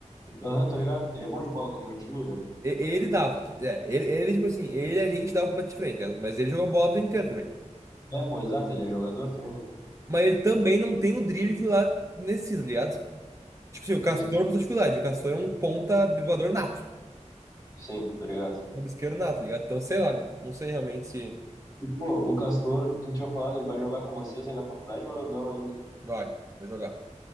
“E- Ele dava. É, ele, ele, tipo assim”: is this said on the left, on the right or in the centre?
Right